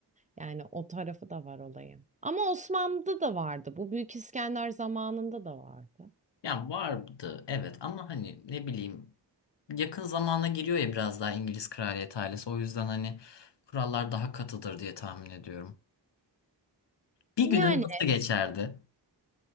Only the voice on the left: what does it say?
Ya vardı evet ama hani ne bileyim yakın zamana giriyor ya biraz daha İngiliz kraliyet ailesi. O yüzden hani kurallar daha katıdır diye tahmin ediyorum. Bir günün
nasıl geçerdi?